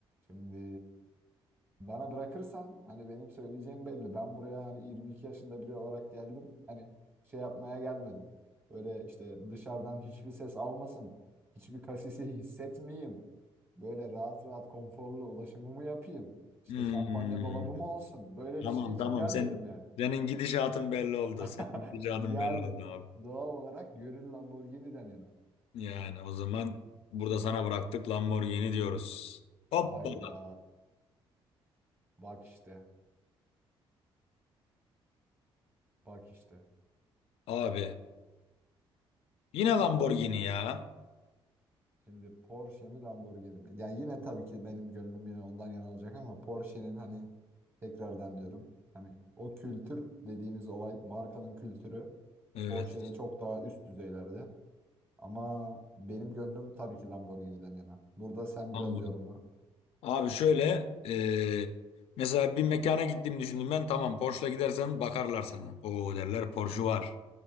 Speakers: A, on the right (about 20°); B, on the left (about 80°).
A: Şimdi Bana bırakırsan hani benim söyleyeceğim belli. Ben buraya hani 22 yaşında biri olarak geldim. Hani şey yapmaya gelmedim. Öyle işte dışarıdan hiçbir ses almasın. Hiçbir kasisi hissetmeyeyim. Böyle rahat rahat konforlu ulaşımımı yapayım. İşte
B: Hmm.
A: şampanya dolabım olsun. Böyle
B: Tamam
A: bir şey için
B: tamam.
A: gelmedim
B: Sen,
A: yani.
B: senin gidişatın belli oldu.
A: <laughs>
B: Senin gidişatın
A: Yani
B: belli oldu abi.
A: doğal olarak gönül Lamborghini'den yana.
B: Yani o zaman burada sana bıraktık Lamborghini diyoruz. Hoppala.
A: Hayda. Bak işte. Bak işte.
B: Abi yine Lamborghini ya.
A: Şimdi Porsche mi Lamborghini mi? Ya yine tabii ki benim gönlüm yine ondan yana olacak ama Porsche'nin hani tekrardan diyorum. Hani o kültür dediğimiz olay, markanın kültürü
B: Evet.
A: Porsche'de çok daha üst düzeylerde. Ama benim gönlüm tabii ki Lamborghini'den yana. Burada sen
B: Lamborghini.
A: biraz yorumla.
B: Abi şöyle e, mesela bir mekana gittiğimi düşündüm ben tamam Porsche'la gidersen bakarlar sana. Oo derler Porsche var.